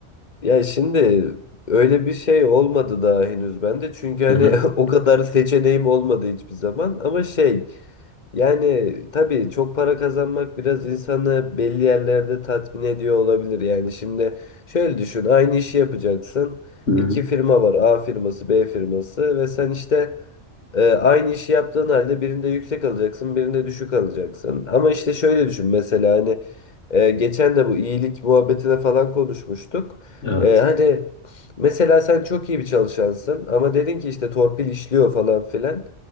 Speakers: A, on the left; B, on the left.
A: Ya şimdi öyle bir şey olmadı daha henüz bende. Çünkü hani
B: Hı hı.
A: <laughs> o kadar seçeneğim olmadı hiçbir zaman. Ama şey yani tabii çok para kazanmak biraz insanı belli yerlerde tatmin ediyor olabilir. Yani şimdi şöyle düşün aynı işi yapacaksın.
B: Hı hı.
A: İki firma var A firması B firması ve sen işte ee, aynı işi yaptığın halde birinde yüksek alacaksın, birinde düşük alacaksın. Ama işte şöyle düşün mesela hani e, geçen de bu iyilik muhabbetine falan konuşmuştuk.
B: Evet.
A: Ee, hani mesela sen çok iyi bir çalışansın ama dedin ki işte torpil işliyor falan filan.